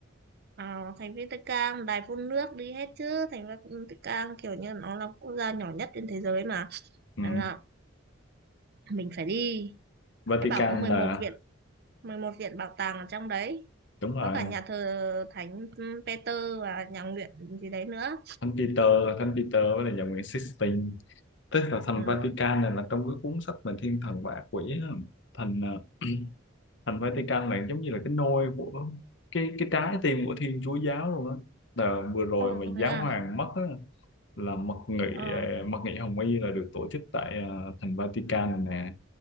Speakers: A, on the right; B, on the left.
A: à, thành Vatican đài phun nước đi hết chứ thành Vatican kiểu như nó là quốc gia nhỏ nhất trên thế giới mà
B: ừ.
A: nên là mình phải đi
B: Vatican
A: thế bảo có 11
B: là
A: viện 11 viện bảo tàng ở trong đấy
B: đúng rồi
A: có cả nhà thờ Thánh Peter và nhà nguyện gì đấy nữa
B: Thánh Peter Thánh Peter với là nhà Nguyễn Sixtine tức là thành
A: ừ.
B: Vatican này là trong cái cuốn sách về thiên thần và ác quỷ á. thành ờ, thành Vatican này giống như là cái nôi của cái cái trái tim của Thiên Chúa giáo luôn á là vừa rồi
A: Ồ
B: mà giáo
A: thế à
B: hoàng mất á, là mật nghị
A: ờ
B: ờ, mật nghị Hồng Y là được tổ chức tại ờ, thành Vatican này nè